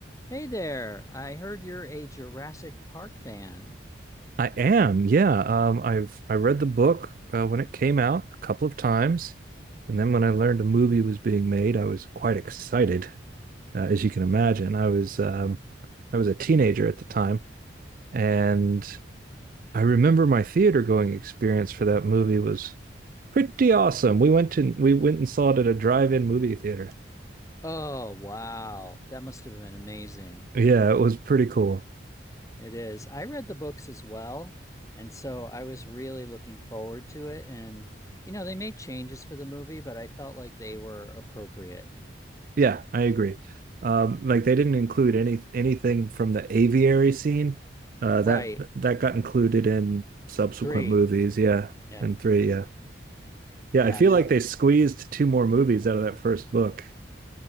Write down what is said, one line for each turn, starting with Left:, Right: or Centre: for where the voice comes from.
Left: Hey there. I heard you're a Jurassic Park fan.
Right: I am, yeah. Um, I've I read the book uh, when it came out a couple of times, and then when I learned a movie was being made, I was quite excited, uh, as you can imagine. I was um, I was a teenager at the time, and I remember my theater going experience for that movie was pretty awesome. We went to we went and saw it at a drive-in movie theater.
Left: Oh, wow. That must have been amazing.
Right: Yeah, it was pretty cool.
Left: It is. I read the books as well, and so I was really looking forward to it. And, you know, they made changes for the movie, but I felt like they were appropriate.
Right: Yeah, I agree. Um, like they didn't include any anything from the aviary scene. Uh,
Left: Right.
Right: that that got included in subsequent
Left: Three.
Right: movies. Yeah,
Left: Yeah.
Right: and three. Yeah, yeah.
Left: Yeah,
Right: I feel
Left: no.
Right: like they squeezed two more movies out of that first book.